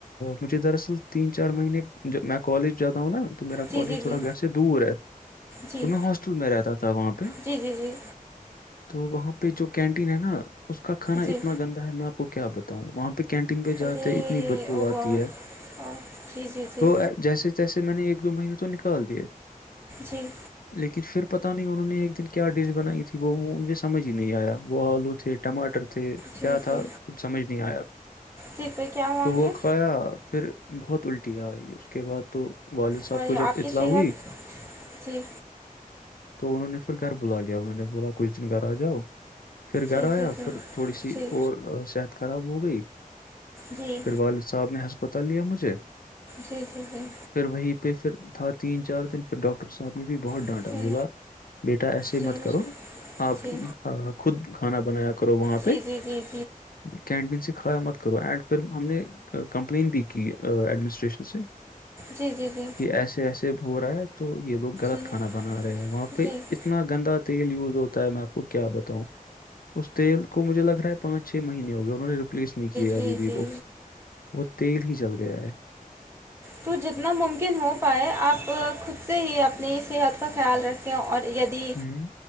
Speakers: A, on the left (about 75°); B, on the right (about 15°).
A: مجھے دراصل تین چار مہینے میں کالج جاتا ہوں نا میرا
B: جی
A: کالج
B: جی
A: تھوڑا
B: جی
A: گر دور ہے
B: جی
A: تو میں ہاسٹل میں رہتا تھا وہاں پہ
B: جی جی جی
A: تو وہاں پہ جو کینٹین ہے نا اس کا کانا
B: جی
A: اتنا گندا ہے میں آپ کو کیا بتاؤں وہاں پہ کینٹین پہ جاتے
B: ارے
A: اتنی بدبو
B: او
A: آتی
B: گاڈ
A: ہے
B: آ، جی جی جی
A: تو جیسے تیسے میں نے ایک دو مہینے تو نکال دیے
B: جی
A: لیکن پھر پتہ نہیں انہوں نے ایک دن کیا ڈش بنائی تھی وہ مجھے سمجھ ہی نہیں آیا وہ آلو تھے ٹماٹر تھے کیا
B: جی جی
A: تھا کچھ سمجھ نہیں آیا
B: جی پھر کیا مانگے
A: تو وہ کایا پھر بہت الٹی آئی اس کے بعد تو والد صاحب
B: اور
A: کو
B: یہ آپ
A: جب اطلاع
B: کی صحت
A: ہوئی
B: جی
A: تو انہوں نے پھر گھر بلا لیا انہوں نے بولا کچھ دن گھر آ جاؤ پھر گھر
B: جی
A: آیا
B: جی جی
A: پھر تھوڑی سی
B: جی
A: اور صحت خراب ہو گئی
B: جی
A: پھر والد صاحب نے ہسپتال لیا مجھے
B: جی جی
A: پھر وہیں پہ پھر تھا تین چار دن پھر ڈاکٹر صاحب نے بھی بہت ڈانٹا
B: جی
A: بولا بیٹا ایسے
B: جی
A: مت
B: جی
A: کرو آپ
B: جی
A: خود کھانا بنایا کرو وہاں
B: جی جی
A: پہ
B: جی جی جی جی جی جی جی جی جی
A: کینٹین سے کھایا مت کرو اینڈ پھر ہم نے کمپلین بھی کی ایڈمنسٹریشن سے
B: جی جی جی
A: کہ ایسے ایسے ہو رہا ہے تو یہ لوگ غلط
B: جی
A: کھانا بنا رہے ہیں وہاں پہ
B: جی
A: اتنا گندا تیل یوز ہوتا ہے میں آپ کو کیا بتاؤں اس تیل کو مجھے لگ رہا ہے پانچ چھ مہینے ہو گیا انہوں نے ریپلیس نہیں کیا
B: جی
A: ابھی بھی
B: جی
A: وہ وہ تیل ہی چل گیا ہے
B: تو جتنا ممکن ہو پائے آپ خود سے ہی اپنی صحت کا خیال رکھ اور یدی
A: ہوں